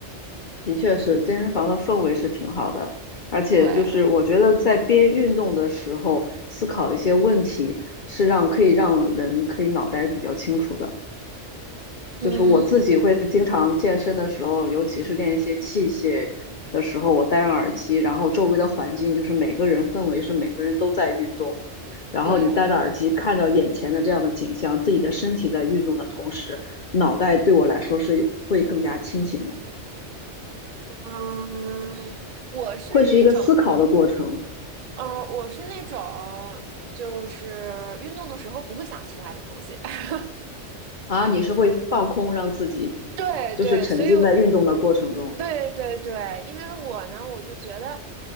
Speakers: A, on the left; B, on the right.
A: 的确是，健身房的氛围是挺好的，而且就是我觉得在边运动的时候思考一些问题，
B: 对，
A: 是让可以让人可以脑袋比较清楚的。
B: 嗯，
A: 就是我自己会经常健身的时候，尤其是练一些器械的时候，我戴上耳机，然后周围的环境就是每个人氛围是每个人都在运动，然后你戴着耳机看到眼前的这样的景象，
B: 对，
A: 自己的身体在运动的同时，脑袋对我来说是会更加清醒的，
B: 嗯，我是那种，
A: 会是一个思考的过程。
B: 呃，我是那种，就是运动的时候不会想其他的东西。<laughs>
A: 啊，你是会放空，让自己
B: 对对，
A: 就是沉浸在运动的过程中。
B: 所以对对对，因为我呢，我就觉得，